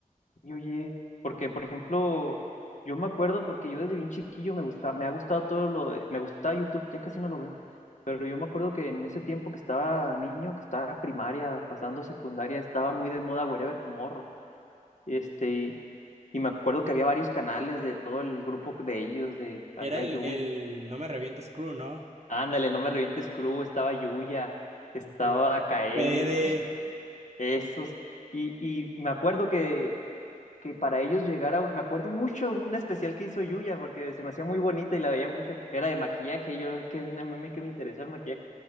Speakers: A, on the left; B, on the right.
A: Y oye, porque por ejemplo, yo me acuerdo porque yo desde bien chiquillo me gusta, me ha gustado todo lo de, me gustaba YouTube, ya casi no lo veo, pero yo me acuerdo que en ese tiempo que estaba niño, que estaba en primaria, pasando secundaria, estaba muy de moda Wherever Tomorrow, este, y, y me acuerdo que había varios canales de todo el grupo de ellos, de, había
B: Era el,
A: Yuya,
B: el No me revientes crew, ¿no?
A: ándale, no me revientes crew, estaba Yuya, estaba
B: You
A: Kaeli,
B: Fede.
A: o sea, esos, y, y me acuerdo que que para ellos llegara un, me acuerdo mucho un especial que hizo Yuya porque se me hacía muy bonita y la veía mucho. Era de maquillaje, y yo que no me que me interesa el maquillaje,